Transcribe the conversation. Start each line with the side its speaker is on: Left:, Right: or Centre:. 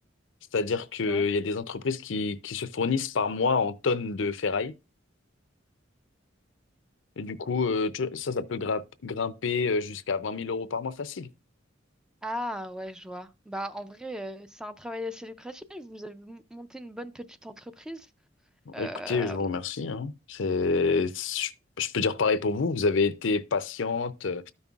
Left: C'est-à-dire qu'il
Centre: Ouais.
Left: y a des entreprises qui, qui se fournissent par mois en tonnes de ferraille. Et du coup, euh, tu vois, ça, ça peut grimp- grimper euh, jusqu'à vingt mille euros par mois facile.
Centre: Ah ouais, je vois. Bah en vrai, euh, c'est un travail assez lucratif. Vous avez m- monté une bonne petite entreprise. Euh,
Left: Écoutez, je vous remercie, hein. C'est, je, je peux dire pareil pour vous. Vous avez été patiente, euh,